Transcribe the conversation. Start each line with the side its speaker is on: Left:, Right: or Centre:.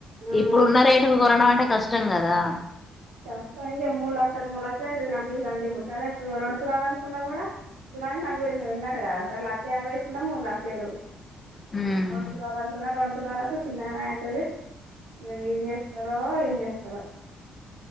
Right: ఆ
Left: ఇప్పుడు ఉన్న రేటుకు కొనడమంటే కష్టం కదా
Right: కష్టం ఇగా మూడు లక్షలు, మూడు లక్షలు అయితది. నాక్లిస్ అంటే ఇప్పుడు సరే రెండు తులాలనుకున్నా కూడా తులానికి నలభై ఎనిమిది ఉందటగాద. సరే లక్ష యాభై యేసుకున్న మూడు లక్షలు.
Left: హ్మ్
Right: రోడ్ తులాలన్ తులం రొండు తులాలకు చిన్నగా అయితది. ఇంగా ఏం చేస్తారో, ఏం చేస్తారో.